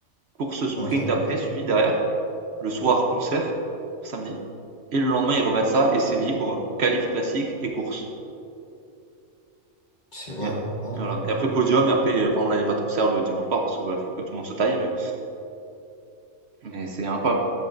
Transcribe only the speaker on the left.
Ok,
ouais.
C'est vrai.
ouais.